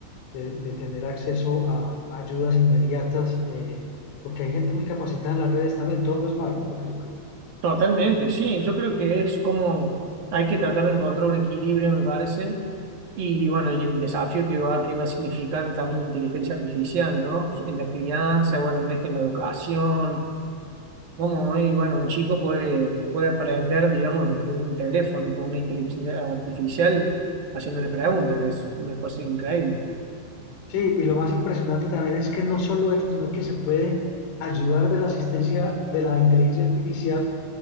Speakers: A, on the left; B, on the right.
A: de- de tener acceso a ayudas inmediatas, eh, porque hay gente muy capacitada en las redes también, todo no es malo, lo que yo creo.
B: Totalmente, sí, yo creo que es como hay que tratar de encontrar un equilibrio, me parece, y bueno, y el desafío que va, que va a significar también la inteligencia artificial, ¿no? En la crianza, bueno, en esto, en la educación, cómo, hoy, bueno, un chico puede, puede aprender, digamos, desde un teléfono con una inteligencia artificial haciéndole preguntas, es una cosa increíble.
A: Sí, y lo más impresionante también es que no solo eso, sino que se puede ayudar de la asistencia de la inteligencia artificial